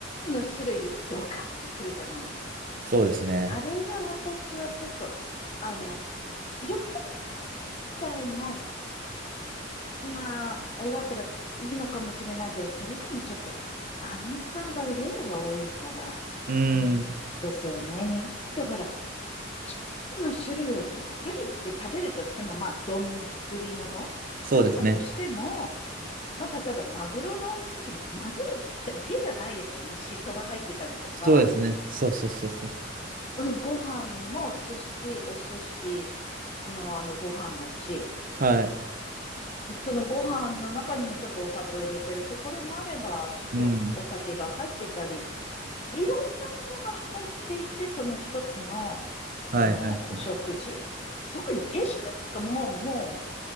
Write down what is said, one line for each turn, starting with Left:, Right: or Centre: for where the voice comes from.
Left: つの種類でドカッとくるじゃないですか。
Right: そうですね。
Left: あれが私はちょっと、あの、よっぽどみたいな、まあ、あれだったらいいのかもしれないけど、それでもちょっと、アメリカの場合量が多いから、
Right: うーん。
Left: うん、ですよね。日本ってほら、一つの種類をどっくりって食べるとしても、まあ、丼ものだったとしても、
Right: そうですね。
Left: まあ、例えばマグロ丼の時に、マグロだけじゃないですよね。シソが入ってたりとか、
Right: そうですね。そうそうそうそう。
Left: うん、ご飯も寿司、お寿司のあのご飯だし、
Right: はい。
Left: そのご飯の中にもちょっとお砂糖入れてるところもあれば、ちょっとお酒が入ってたり、
Right: うん。
Left: いろんなものが入っていて、その一つの、
Right: はいはい。
Left: このお食事。特に定食なんかもう、も